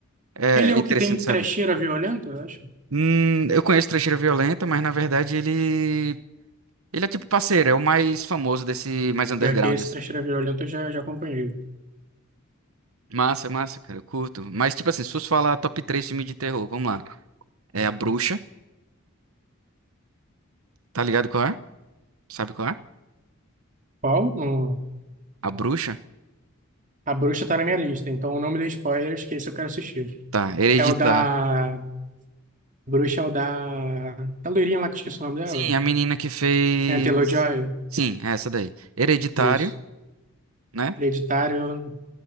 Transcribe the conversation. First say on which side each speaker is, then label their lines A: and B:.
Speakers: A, on the right; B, on the right.
A: é
B: Ele é
A: é
B: o
A: interessante
B: que tem trecheira
A: saber.
B: violenta, eu acho.
A: Hum, eu conheço Trecheira Violenta, mas na verdade ele. Ele é tipo parceiro, é o mais famoso desse mais underground,
B: Pior que esse
A: assim.
B: Trecheira Violenta eu já, já acompanhei.
A: Massa, massa, cara, eu curto. Mas, tipo assim, se fosse falar top 3 filme de terror, vamos lá. É A Bruxa, tá ligado qual é? Sabe qual é?
B: Qual? Hum,
A: A Bruxa?
B: A Bruxa tá na minha lista, então não me dê spoilers, que esse eu quero assistir.
A: Tá, Hereditar.
B: É o da. Bruxa é o da. Da loirinha lá que eu esqueci o nome dela.
A: Sim, a menina que fez.
B: É, Taylor-Joy.
A: Sim, é essa daí. Hereditário,
B: Isso.
A: né?
B: Hereditário.